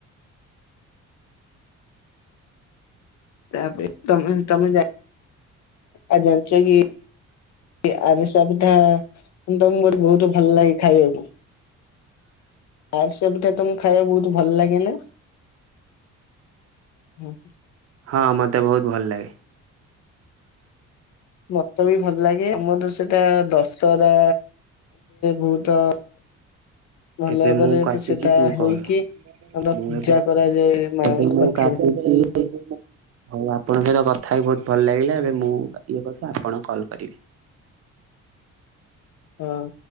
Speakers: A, on the left; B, on the right.
A: ତାପରେ, ତମେ ତମେ ଯାଇ ଆଜନ୍ସ କି <unintelligible> ଚା ପିଠା, ତ ମୁ ବହୁତ ଭଲ ଲାଗେ ଖାଇବାକୁ। ଆରିସା ପିଠା ତମକୁ ଖାଇବା ବହୁତ ଭଲ ଲାଗେ ନା ହୁଁ ହ <inaudible>
B: ହଁ ମତେ ବହୁତ ଭଲ ଲାଗେ।
A: ମତେ ବି ଭଲ ଲାଗେ, ଆମର ସେଟା ଦଶହରା ବହୁତ ଭଲ
B: ଏବେ
A: ଭାବରେ
B: ମୁଁ କାଟୁଛି,
A: ସେଟା
B: ତୁ
A: ହୋଇକି
B: କର।
A: ଆମର
B: ମୁଁ
A: ପୂଜା
B: ଏବେ,
A: କରାଯାଏ ମାଙ୍କ
B: ଏବେ ମୁଁ
A: ପାଖରେ
B: କାଟୁଛି। ହଉ ଆପଣଙ୍କ ସହିତ କଥା ହେଇକିବହୁତ ଭଲ ଲାଗିଲା ଏବେ ମୁଁ ଇଏ କଛି ଆପଣ କଲ୍ କରିଵେ। <inaudible>
A: ହଁ